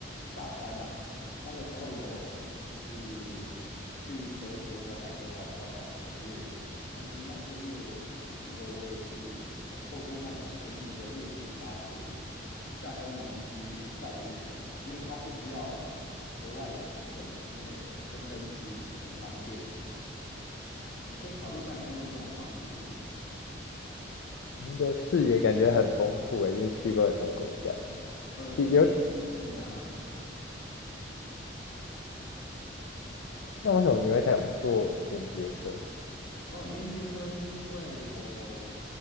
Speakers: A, on the left; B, on the left.
A: 大三呐、那个时候有就是去德国的海德堡交换一个月。那其实那一个月，我记得我也是有透过那种便宜的夜行巴士，在欧盟区绕了一圈啦，因为它不需要额外的签证嘛，因为申根区很方便。对啊，你可以考虑看看用这种方式去德国。
B: 你的视野感觉很丰富诶，就是去过很多国家。
A: 呃，
B: 第
A: 应该也，哎啊。
B: 那为什么你会想坐连接车？
A: 哦，连接车是因为我